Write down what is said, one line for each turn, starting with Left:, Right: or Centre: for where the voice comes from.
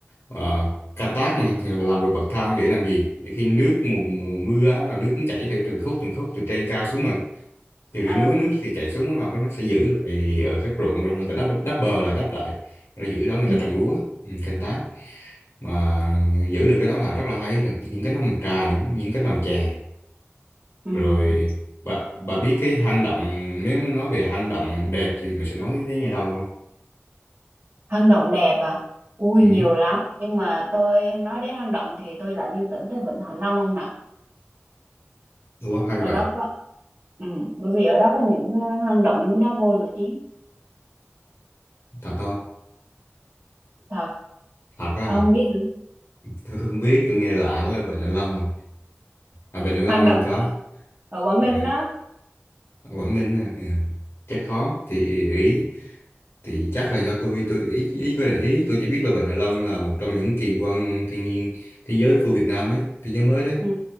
Left: ờ, canh tác mà thì họ làm ruộng bậc thang để làm gì để khi nước mùa, mùa mưa á, là nước cũng chảy theo từng khúc từng khúc từ trên cao xuống mà thì dưới
Right: ừ
Left: núi nước thì chảy xuống bắt đầu cái nó sẽ giữ lại ở các ruộng rồi người ta đắp đắp bờ lại đắp lại rồi giữ đó người
Right: Ừ.
Left: ta trồng lúa ừ, canh tác mà giữ được cái đó là rất là hay là những cái nồng trà những, những cái nồng chè
Right: ừ
Left: rồi bà bà biết cái hang động nếu nói về hang động đẹp thì mình sẽ nói đến nhà đâu không
Right: hang động đẹp à ui
Left: ừ.
Right: nhiều lắm nhưng mà tôi nói đến hang động thì tôi lại liên tưởng tới Vịnh Hạ Long ông nè
Left: Ủa hay
Right: ở
Left: vậy
Right: đó có ừ bởi vì ở đó có những ờ, hang động núi đá vôi nổi tiếng
Left: thật không
Right: thật
Left: thật á
Right: ông
Left: hả?
Right: không biết hả?
Left: tôi không biết tôi nghe lạ quá Vịnh Hạ Long à À, Vịnh Hạ Long
Right: hang động
Left: như có
Right: ở, ở Quảng
Left: à,
Right: Ninh đó
Left: Quảng Ninh à, ừ. chắc có thì ý thì chắc là do tôi tôi ý ý có để ý tôi chỉ biết là Vịnh Hạ Long là một trong những kỳ quan thiên nhiên thế giới của Việt Nam đấy thế giới mới đấy
Right: ừ